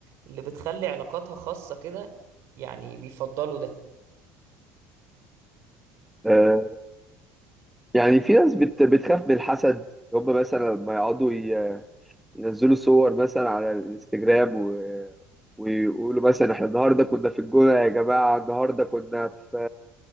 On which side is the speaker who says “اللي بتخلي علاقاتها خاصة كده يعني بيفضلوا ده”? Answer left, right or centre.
Right